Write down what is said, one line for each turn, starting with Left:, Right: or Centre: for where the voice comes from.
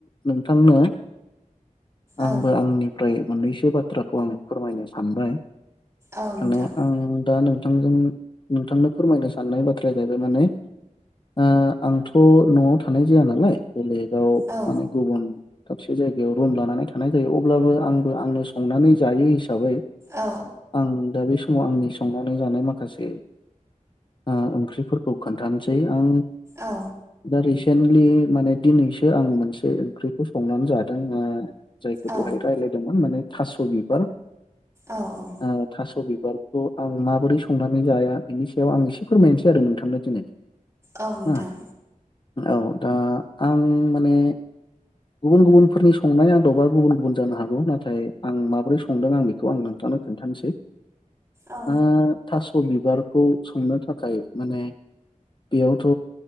Left: नोंथांनो आंबो
Right: औ
Left: आंनि फ्राय मोननैसो बाथ्राखौ आं फोरमायनो सानबाय
Right: औ नोंथां
Left: माने आं दा नों थांजों नोंथांनो फोरमायनो साननाय बाथ्राया जाहैबाय माने आ आंथ' न'आव थानाय जायानालाय बेलेगाव
Right: औ
Left: माने गुबुन दाबसे जायगायाव रुम लानानै थानाय जायो अब्लाबो आंबो आंनो संनानै जायो। हिसाबै
Right: औ
Left: आं दा बे सम समाव आंनि संनानै जानाय माखासे ओ ओंख्रिफोरखौ खोन्थानोसै आं
Right: औ।
Left: दा रिसेन्टलि माने दिनैसो आं मोनसे ओंख्रिखौ संनानै जादों ओ जायखौ
Right: औ
Left: दहाय रायज्लायदोंमोन माने थास' बिबार
Right: औ औ
Left: ओ थास' बिब बारखौ आं माबोरै संनानै जाया बेनि सायाव आं एसे फोरमायनोसै आरो नोंथांनो दिनै
Right: औ नोंथां
Left: औ दा आं माने गुबुन गुबुनफोरनि संनाय आदबा गुबुन गुबुन जानो हागौ नाथाय आं माबोरै संदों आं बे खौ आं नोंथांनो खोन्थानोसै
Right: औ
Left: ओ थास' बिबारखौ संनो थाखाय माने बेयावथ'